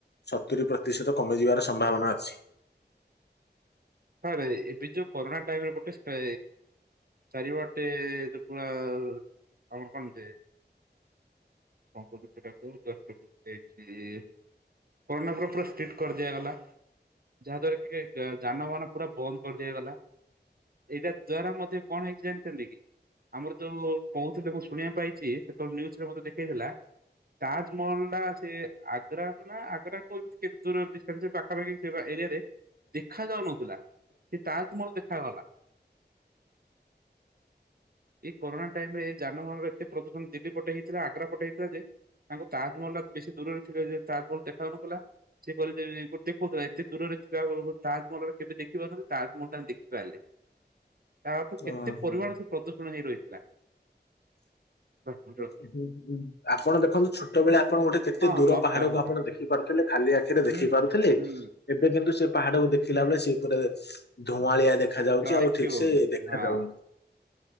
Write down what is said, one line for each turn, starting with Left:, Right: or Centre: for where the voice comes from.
Left: ସତୁରି ପ୍ରତିଶତ କମିଯିବାର ସମ୍ଭାବନା ଅଛି।
Right: ସାର୍ ଏବେ ଯୋଉ କରୋନା ଟାଇମରେ ଗୋଟେ ସେ ଚାରି ପଟେ ପୁରା ଆମର କଣଯେ <unintelligible> କରୋନା ପରେ ପୁରା ଷ୍ଟ୍ରିଟ କରିଦିଆଗଲା, ଯାହା ଦ୍ୱାରା କି ଯାନବାହାନ ପୁରା ବନ୍ଦ କରିଦିଆଗଲା ଏଇଟା ଦ୍ୱାରା ମଧ୍ୟ କଣ ହେଇଛି ଜାଣିଛନ୍ତି କି? ଆମର ଯୋଉ କହୁଥିଲେ ମୁଁ ଶୁଣିବା ପାଇଛି ସେତେବେଳେ ନିଉଜରେ ମଧ୍ୟ୍ୟ ଦେଖେଇଥିଲା। ତାଜମହଲ ଟା ସେ ଆଗ୍ରା ନା ଆଗ୍ରାଠୁ କେତେ ଦୂର ଡି ପାଖାପାଖି ସେ ଏରିଆରେ ଦେଖା ଯାଉନଥିଲା। ସେ ତାଜମହଲ ଦେଖାଗଲା। ଏଇ କରୋନା ଟାଇମ ରେ ଏ ଯାନବାହାନର ଏତେ ପ୍ରଦୂଷଣ ଦିଲ୍ଲୀ ପଟେ ହେଇଥିଲା ଆଗ୍ରା ପଟେ ହେଇଥିଲା ଯେ ତାଙ୍କୁ ତାଜମହଲ ଟା ବେଶୀ ଦୂରରେ ଥିଲା ଯେ- ତାଜମହଲ ଦେଖା ଯାଉନଥିଲା? ସେ କହ ଗୋଟେ ଦେଖୁଥିଲା ଏତେ ଦୂରରେ ଥିଲା ତାଜମହଲରେ କେବେ ଦେଖ ଦେଖାରୁ ତା ମୁଁ ତ ଦେଖିପାରିଲି ତା ଅର୍ଥ
Left: ଓହୋ।
Right: କେତେ ପରିମାଣ ସେ ପ୍ରଦୂଷଣ ହେଇ ରହିଥିଲା। <unintelligible>
Left: ହୁଁ ହୁଁ ଆପଣ ଦେଖନ୍ତୁ ଛୋଟ ବେଳେ ଆପଣ ଗୋଟେ କେତେ
Right: ହଁ
Left: ଦୂର
Right: ଲକଡାଉନ
Left: ପାହାଡକୁ
Right: ତ
Left: ଆପଣ ଦେଖିପାରୁଥିଲେ ଖାଲି ଆଖିରେ
Right: ହୁଁ
Left: ଦେଖିପାରୁଥିଲେ।
Right: ହୁଁ
Left: ଏବେ କିନ୍ତୁ ସେ ପାହାଡକୁ ଦେଖିଲା ବେଳେ ସେଇ ଉପରେ ଧୂଆଁଳିଆ ଦେଖା ଯାଉଛି ଆଉ
Right: ଦେଖି
Left: ଠିକ୍
Right: ହଉନି
Left: ସେ ଦେଖା
Right: ହଁ।
Left: ଯାଉନି